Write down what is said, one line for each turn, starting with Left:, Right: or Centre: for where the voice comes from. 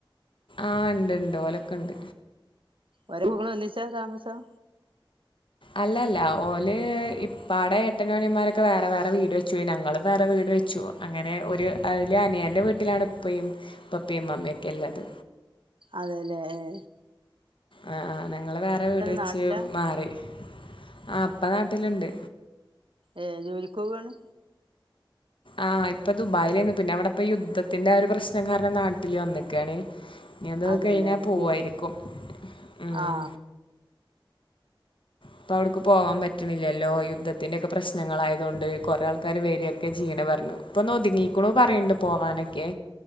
Left: ആഹ് ഇണ്ട് ഇണ്ട് ഓലക്കണ്ട്
Right: ഒരുമകളൊഒന്നിച്ചാ താമസം?
Left: അല്ലല്ല ഓല് ഇപ്പാടെ ഏട്ടൻഅനിയമാരൊക്കെ വേറെ വേറെ വീട് വെച്ചു പോയി ഞങ്ങളും വേറെ വീട് വെച്ചു അങ്ങനെ ഒരു അനിയൻ്റെ വീട്ടിലാണ് ഇപ്പി ഇപ്പപ്പി ഇമ്മമൊക്കെ ഇള്ളത്
Right: അതെല്ലേ ഏ
Left: ആ ആ ഞങ്ങള് വേറെ വീട് വെച്ച്
Right: നാട്ടിലാ
Left: മാറി ആ ഇപ്പ നാട്ടില്ണ്ട്
Right: ഏ ജോലികൊവാണ്
Left: ആ ഇപ്പൊ ദുബായിലെന്നു പിന്നെ അവിടെപ്പ യുദ്ധത്തിന്റെ ഒരു പ്രശ്നം കാരണം നാട്ടില് വന്നിക്കാണ് ഇനി അത്
Right: അതല്ലേ
Left: കഴിഞ്ഞാ പോവായിരിക്കും
Right: ലിഫ്
Left: ഉം
Right: ആ
Left: ഇപ്പൊ അവിടുക്ക് പോകാൻ പറ്റണില്ലല്ലോ യുദ്ധത്തിന്റെക്കെ പ്രശ്നങ്ങളായതു കൊണ്ട് കുറെ ആൾ ക്കാർ വേരിയൊക്കെ ജീയ്യ്ണ് പറഞ്ഞു ഇപ്പൊ ഒന്ന് ഒതുങ്ങിക്കുണു പറയണ്ട് പോവാനൊക്കെ